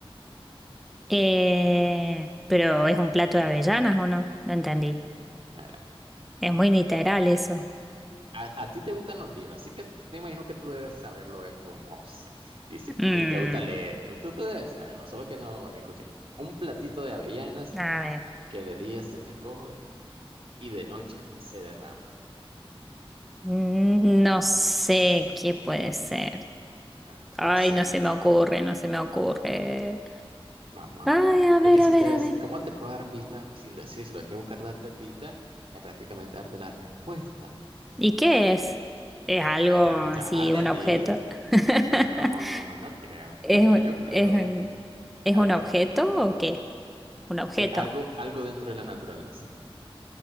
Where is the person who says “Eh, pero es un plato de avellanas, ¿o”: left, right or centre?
Centre